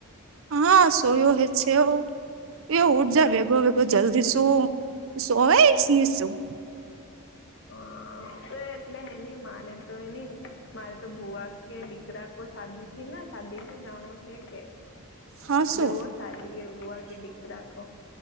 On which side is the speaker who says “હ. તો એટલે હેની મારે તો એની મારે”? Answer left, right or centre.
Left